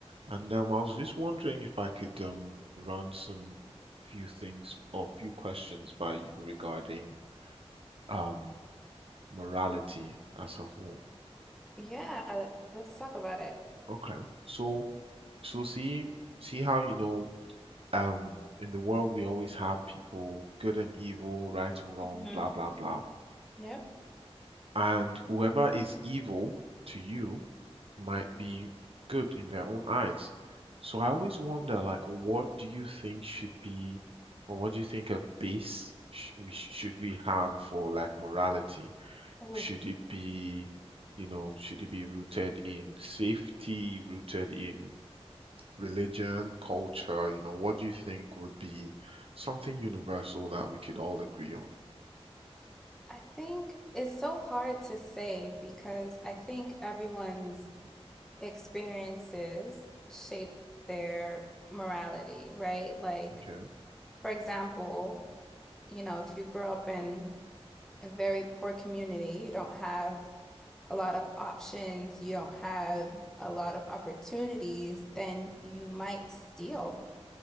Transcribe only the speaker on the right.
And um I was just wondering if I could um run some few things or few questions by you regarding um morality as a whole.
Okay. So so see see how you know um in the world we always have people good and evil, right and wrong,
blah blah blah.
And whoever is evil to you might be good in their own eyes. So I always wonder, like, what do you think should be, or what do you think a base sh we should we have for like morality?
Should it be, you know, should it be rooted in safety, rooted in religion, culture? You know, what do you think would be something universal that we could all agree on?
Okay.